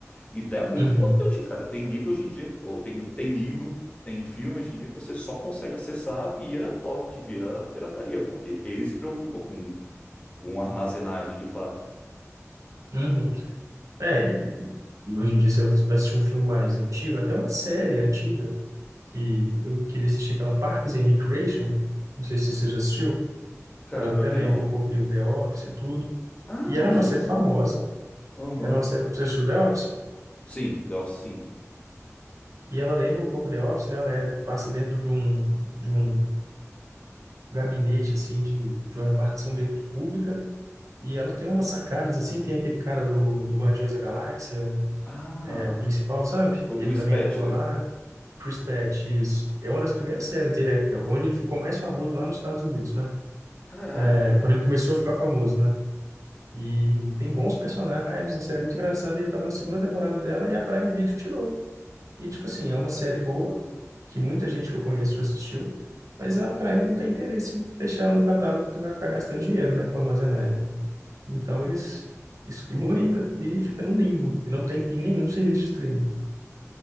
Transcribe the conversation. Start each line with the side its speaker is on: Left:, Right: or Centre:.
Left: Então é muito
Right: Uhum,
Left: importante, cara. Tem livro hoje em dia, ou tem, tem livro, tem filme hoje em dia que você só consegue acessar via torrent, via pirataria, porque eles se preocupam com, com armazenagem de fato.
Right: uhum. É, e, e e hoje em dia você vai assistir um filme mais antigo, até uma série antiga, que eu queria assistir aquela Parks and Recreation, não sei se você já assistiu,
Left: Cara,
Right: ela
Left: pior
Right: até
Left: que
Right: lembra
Left: não.
Right: um pouco de The Office e tudo,
Left: Ah,
Right: E
Left: nossa.
Right: ela é uma série famosa,
Left: Aham.
Right: ela é uma série que você assistiu The Office,
Left: Sim, The Office sim.
Right: e ela lembra um pouco The Office, né? Ela é- passa dentro de um, de um gabinete, assim, de, de uma repartição meio que pública, e ela tem umas sacadas, assim, tem aquele cara do, do Guardiões da Galáxia,
Left: Ah,
Right: é o principal, sabe?
Left: o Chris
Right: Ele também
Left: Patch,
Right: atua
Left: né?
Right: lá, Chris Pratt, isso. É uma das primeiras séries dele, é é onde ele ficou mais famoso lá nos Estados Unidos, né?
Left: Caraca.
Right: É, quando ele começou a ficar famoso, né? E tem bons personagens, a série é muito engraçada, e eu tava na segunda temporada dela e a Prime Video tirou. E, tipo assim, é uma série boa, que muita gente que eu conheço já assistiu, mas a Prime não tem interesse em deixar ela no catálogo porque vai ficar gastando dinheiro, né, com armazenagem. Então eles excluem e fica no limbo, e não tem em nenhum serviço de streaming,